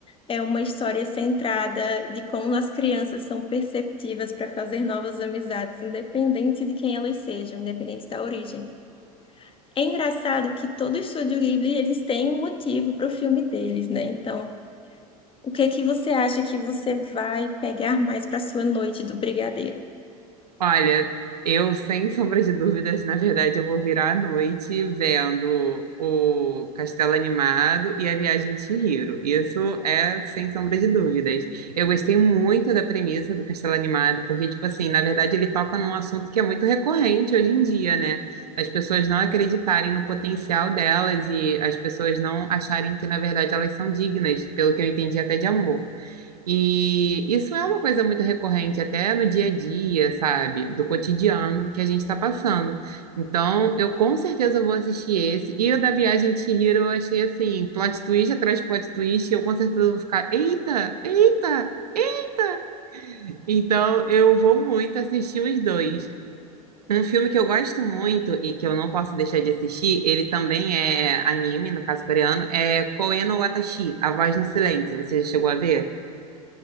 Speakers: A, on the left (about 25°); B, on the right (about 80°).
A: É uma história centrada de como as crianças são perceptivas para fazer novas amizades, independente de quem elas sejam, independente da origem. É engraçado que todo estúdio Ghibli, eles têm um motivo para o filme deles, né? Então, o que que você acha que você vai pegar mais para sua noite do Brigadeiro?
B: Olha, eu sem sombra de dúvidas, na verdade, eu vou virar à noite vendo o Castelo Animado e a Viagem de Chihiro. Isso é sem sombra de dúvidas. Eu gostei muito da premissa do Castelo Animado, porque, tipo assim, na verdade ele toca num assunto que é muito recorrente hoje em dia, né? As pessoas não acreditarem no potencial delas e as pessoas não acharem que, na verdade, elas são dignas, pelo que eu entendi até de amor. E isso é uma coisa muito recorrente até no dia a dia, sabe? Do cotidiano que a gente está passando. Então, eu com certeza vou assistir esse. E o da Viagem de Chihiro eu achei assim, plot twist atrás de plot twist, eu com certeza vou ficar, eita, eita! eita. Então, eu vou muito assistir os dois. Um filme que eu gosto muito e que eu não posso deixar de assistir, ele também é anime, no caso coreano, é Koe no Watashi, A Voz no Silêncio. Você já chegou a ver?